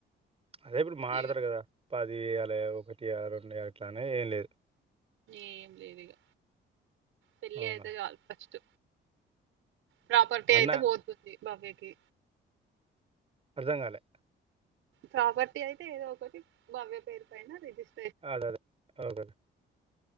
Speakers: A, on the right (about 30°); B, on the right (about 80°).
A: అదే ఇప్పుడు మాడతారు
B: ఇగ
A: కదా పదియాల ఒకటి రెండు అట్లానే ఏం లేదు.
B: ఏం లేదు ఇక పెళ్ళి
A: అవునా
B: అయితే చాలు ఫస్ట్ ప్రాపర్టీ
A: అన్న
B: అయితే పోతుంది బాబ్యకి
A: అర్థం కాలే
B: ప్రాపర్టీ అయితే ఏదో ఒకటి భవ్య పేరు పైన రిజిస్
A: అదే అదే అదే లే